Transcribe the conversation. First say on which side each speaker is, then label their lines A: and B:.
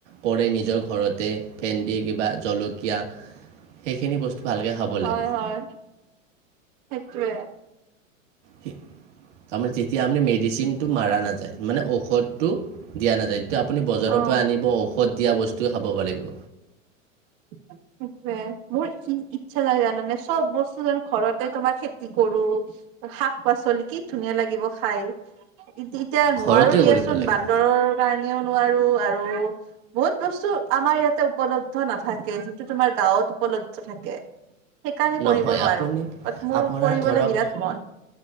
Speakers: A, on the right; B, on the right.
A: কৰে নিজৰ ঘৰতে, ভেন্দি কিবা জলকীয়া সেইখিনি বস্তু ভালকৈ খাব
B: হয়
A: লাগে
B: হয়, সেইটোৱে।
A: তাৰমানে যেতিয়া আপনি মেডিচিনটো মাৰা নাযায় মানে ঔষধ টো দিয়া নাযায়, এতিয়া আপুনি বজাৰৰ
B: অ
A: পৰা আনিব ঔষধ দিয়া বস্তুৱে খাব পাৰে। <inaudible>
B: সেইটোৱে। মোৰ ই ইচ্ছা যায় জানানে চব বস্তু জানো ঘৰতে তোমাৰ খেতি কৰো। শাক-পাচলি কি ধুনীয়া লাগিব খাই। এতিয়া নোৱাৰো
A: ঘৰতে
B: দিয়াচোন
A: কৰিব লাগে
B: বান্দৰৰ কাৰণে ও নোৱাৰো আৰু বহুত বস্তু আমাৰ ইয়াতে উপলব্ধ- নাথাকে যিটো তোমাৰ গাঁৱত উপলব্ধ থাকে। সেইকাৰণে
A: নহয়
B: কৰিব নোৱাৰো।
A: আপুনি
B: বাট মোৰ
A: আপোনাৰ
B: কৰিবলৈ
A: ধৰক
B: বিৰাট মন।